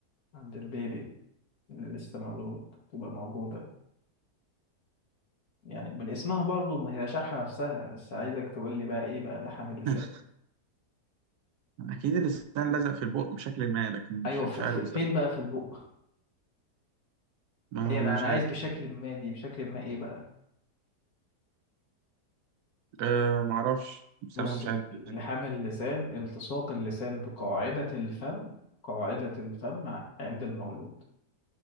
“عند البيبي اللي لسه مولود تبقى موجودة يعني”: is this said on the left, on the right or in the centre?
Left